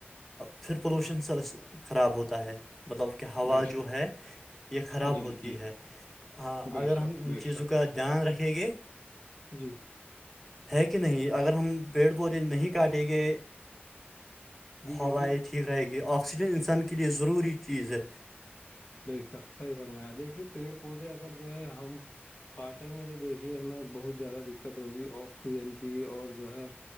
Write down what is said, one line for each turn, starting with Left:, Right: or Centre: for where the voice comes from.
Centre: پھر پولوشن خراب ہوتا ہے مطلب کہ ہوا
Left: بے
Centre: جو
Left: شک
Centre: ہے یہ خراب
Left: جی
Centre: ہوتی
Left: جی
Centre: ہے ہاں
Left: بے
Centre: اگر ہم
Left: شک
Centre: ان
Left: بے
Centre: چیزوں
Left: شک
Centre: کا دھیان رکھیں گے
Left: جی
Centre: ہے کہ نہیں اگر ہم پیڑ پودے نہیں کاٹیں گے
Left: جی
Centre: ہوائیں
Left: دیکھیے
Centre: ٹھیک رہے گی آکسیجن انسان کے لئے ضروری چیز ہے
Left: نہیں سب صحی فرمایا دیکھیے پیڑ پودے اگر جو ہے ہم کاٹیں گے تو دیکھیے ہمیں بہت زیادہ دقت ہوگی آکسیجن کی اور جو ہے